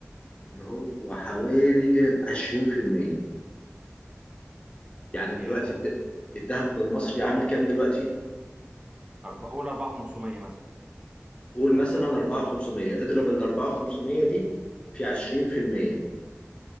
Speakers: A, on the left; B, on the right.
A: اللي هو حوالي 20% يعني دلوقتي
B: ياه
A: الد- الذهب بالمصري عامل كام دلوقتي؟
B: أرب... قول 4 500 مثلا
A: قول مثلا 4500 اضرب ال 4500 دي في 20%